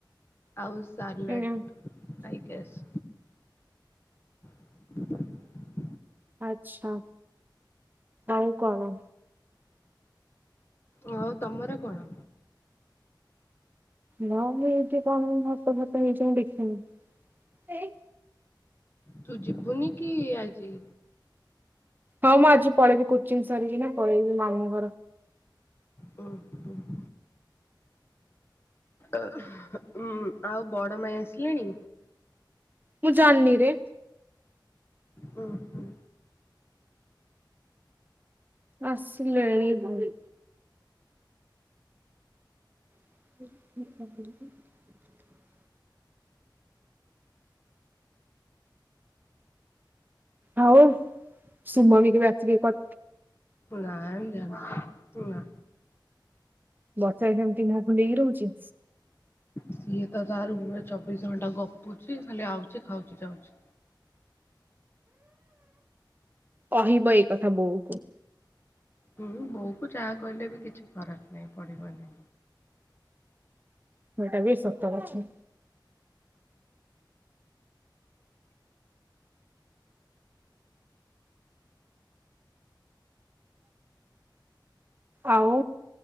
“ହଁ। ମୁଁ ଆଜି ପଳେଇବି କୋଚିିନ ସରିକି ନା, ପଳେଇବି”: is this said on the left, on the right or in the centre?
Right